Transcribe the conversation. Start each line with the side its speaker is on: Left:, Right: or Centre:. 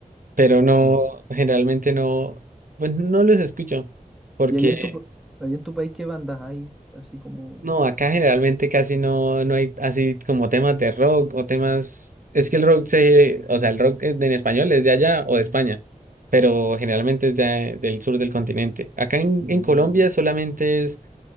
Right: Pero no,
Centre: Mm.
Right: generalmente no, pues no los escucho, porque
Centre: ¿Y ahí en tu, pa- ahí en tu país qué bandas hay? Así como.
Right: No, acá generalmente casi no, no hay así como temas de rock o temas. Es que el rock se, o sea, el rock es de- en español es de allá o de España, pero generalmente es de- del sur del continente. Acá en,
Centre: Mm,
Right: en Colombia solamente es